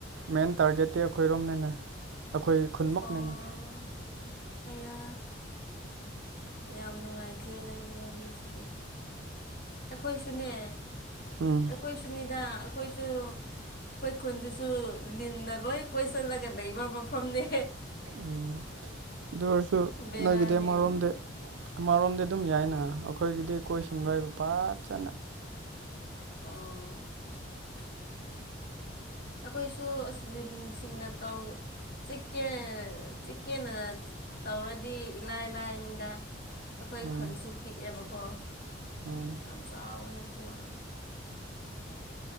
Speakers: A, on the right; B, on the left.
A: ꯃꯦꯟ ꯇꯥꯔꯒꯦꯠꯇꯤ ꯑꯩꯈꯣꯏꯔꯣꯝꯅꯅꯦ ꯑꯩꯈꯣꯏ ꯈꯨꯟꯃꯛꯅꯤꯅꯦ
B: ꯑꯣ ꯑꯌꯥ ꯌꯥꯝ ꯅꯨꯡꯉꯥꯏꯇꯦ ꯅꯪꯒꯤ ꯋꯥꯔꯤꯁꯤꯗꯤ ꯑꯩꯈꯣꯏꯁꯨꯅꯦ
A: ꯎꯝ
B: ꯑꯩꯈꯣꯏ ꯁꯨꯅꯤꯗ ꯑꯩꯈꯣꯏꯁꯨ ꯑꯩꯈꯣꯏ ꯈꯨꯟꯗꯁꯨ ꯂꯤꯟꯅ ꯂꯣꯏ ꯀꯣꯏꯁꯤꯜꯂꯒ ꯂꯩꯕ ꯃꯐꯝꯅꯦ
A: ꯎꯝ ꯑꯗꯨ ꯑꯣꯏꯔꯁꯨ
B: ꯕꯦꯔꯥꯅꯦ
A: ꯂꯩꯈꯤꯗꯦ ꯑꯃꯔꯣꯝꯗꯤ ꯃꯔꯣꯝꯗꯤ ꯑꯗꯨꯝ ꯌꯥꯏꯅ ꯑꯩꯈꯣꯏꯒꯤꯗꯤ ꯀꯣꯏꯁꯤꯟꯕ ꯑꯣꯏꯕ ꯄꯖꯅ
B: ꯑꯣ ꯑꯩꯈꯣꯏꯁꯨ ꯑ ꯂꯤꯟꯁꯤꯡꯅ ꯇꯀꯦ ꯀꯦꯅ ꯇꯧꯔꯗꯤ ꯏꯂꯥꯏ ꯂꯥꯏ ꯃꯤꯗ ꯑꯩꯈꯣꯏ
A: ꯎꯝ
B: ꯈꯨꯟꯁꯨ ꯄꯤꯛꯑꯦꯕꯀꯣ
A: ꯎꯝ
B: ꯌꯥꯝ ꯆꯥꯎꯕꯅ ꯠꯇ